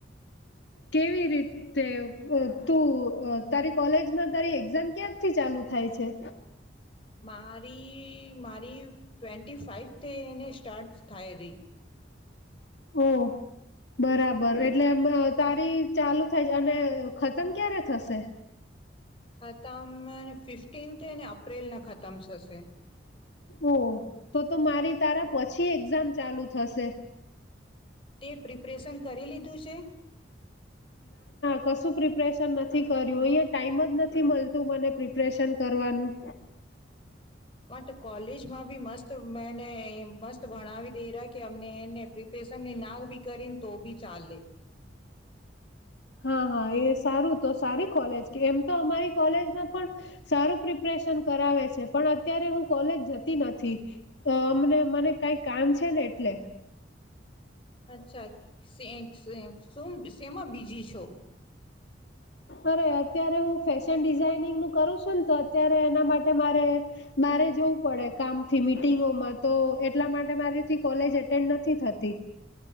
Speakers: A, on the left; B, on the left.
A: કેવી રીતે હું તું અહ તારી કોલેજમાં તારી એક્ઝામ ક્યારથી ચાલુ થાય છે?
B: મારી, મારી ટ્વિન ટી ફાઈવથી એને સ્ટાર્ટ થાય રી
A: ઓ બરાબર, એટલે તારી ચાલુ થાય અને ખતમ ક્યારે થશે?
B: ખતમ ફિફ્ટનથે ને અપ્રિલ ના ખાત ખમ છશે.
A: ઓ, તો તો મારી તારા પછી એક્ઝામ ચાલુ થશે.
B: તે પ્રીપ ઓપરેશન કરી લીધું છે?
A: કશુ પ્રિપરેશન નથી કર્યું અહી ટાઈમ જ નથી મળતું મને પ્રિપરેશન કરવાનું.
B: માટે કોલેજમાં બી મસ્ત મેને મસ્ત ભણાવી દે રહ કે અમને એને પ્રિપેરેશનની ના બી કરીને તો બી ચાલે
A: હા હા એ સારું તો સારી કોલેજ કે એમ તો અમારી કોલેજમાં પણ સારું પ્રિપરેશન કરાવે છે પણ અત્યારે હું કોલેજ જતી નથી અ મને મને કઈ કામ છે ને એટલે
B: અચ્છા શું શેમા બીજી છો?
A: અરે અત્યારે હું ફેશન ડિઝાઈનિંગ નું કરું છું ને તો અત્યારે એના માટે મારે બારે જવું પડે કામથી મીટિંગોમાં તો એટલા માટે મારીથી કોલેજ એટેન્ડ નથી થતી